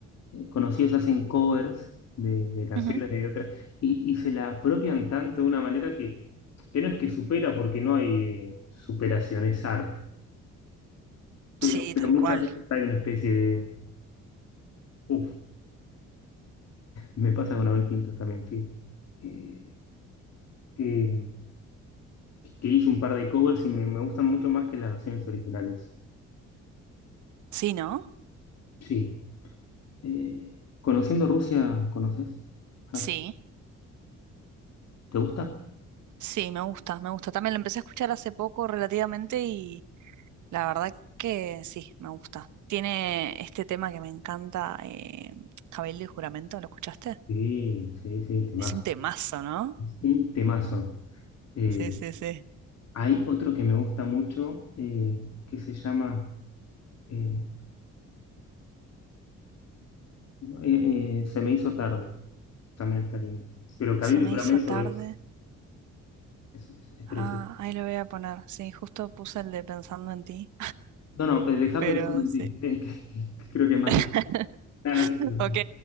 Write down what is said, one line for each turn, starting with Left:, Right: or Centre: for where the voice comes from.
Left: eh, conocidos hacen covers de, de canciones
Right: Ujú.
Left: de otras y, y se la apropian tanto de una manera que, que no es que supera, porque no hay eh, superación, es arte. Pero,
Right: Sí,
Left: pero
Right: tal
Left: muchas
Right: cual.
Left: veces hay una especie de, uff, me pasa con Abel Pinto también, que, eh, que, que hizo un par de covers y me, me gustan mucho más que las versiones originales.
Right: Sí, ¿no?
Left: Sí. Eh, conociendo Rusia, ¿conoces? Ah,
Right: Sí,
Left: ¿te gusta?
Right: sí, me gusta, me gusta. También lo empecé a escuchar hace poco relativamente y la verdad que sí, me gusta. Tiene este tema que me encanta, eh, Cabildo y Juramento, ¿lo escuchaste?
Left: Sí, sí, sí, temazo.
Right: Es un temazo, ¿no?
Left: Sí, temazo. Eh,
Right: Sí, sí, sí.
Left: hay otro que me gusta mucho eh, que se llama eh, eh, eh, Se me hizo tarde. También está lindo. Pero Cabildo
Right: Se me
Left: y Juramento
Right: hizo tarde.
Left: es, es, es- es precioso.
Right: Ah, ahí lo voy a poner. Sí, justo puse el de Pensando en ti.
Left: No, no, pero deja
Right: Pero
Left: pensando en
Right: sí.
Left: ti. Eh, que- que- que creo que es más
Right: <laughs>
Left: lindo. Ah, No, no sé si es más
Right: Ok,
Left: lindo.